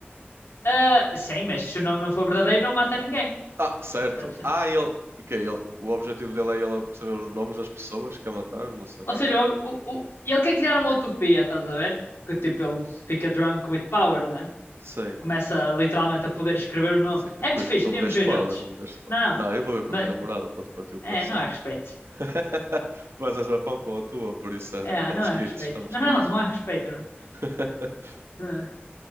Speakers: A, on the left; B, on the right.
A: Ah, sim, mas se o nome não for verdadeiro, não mata ninguém.
B: Ah, certo.
A: estás a
B: Ah,
A: ver?
B: ele. O quê? Ele... O objetivo dele é ele saber os nomes das pessoas que quer matar? Não sei.
A: Ou seja, o, o, o- ele quer criar uma utopia, estás a ver? Porque tipo, ele fica drunk with power, né?
B: Sim.
A: começa literalmente a poder escrever o nome.
B: Sim.
A: É muito
B: Cu-
A: fixe,
B: Não
A: podíamos
B: me deixes
A: ver
B: spoilers,
A: juntos.
B: não me deixes spoilers.
A: Não, não.
B: Não, eu vou ver com
A: Mas,
B: a minha namorada para te partir o coração.
A: é, não há respeito.
B: <laughs> Tu vais ao Japão com a tua, por isso eh,
A: É,
B: estamos
A: não há
B: quites,
A: respeito.
B: estamos
A: <laughs> Não,
B: quites.
A: não, não há respeito, Bruno.
B: <laughs>
A: Ah,